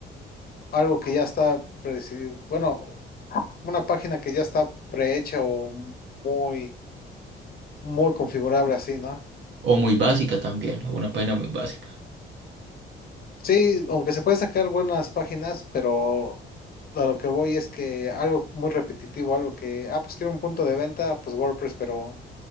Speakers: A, on the left; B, on the right.
A: algo que ya está, predeci- bueno, una página que ya está prehecha o muy, muy configurable así, ¿no?
B: O muy básica también, o una página muy básica.
A: Sí, aunque se pueden sacar buenas páginas, pero a lo que voy es que algo muy repetitivo, algo que, ah, pues quiero un punto de venta, pues WordPress, pero...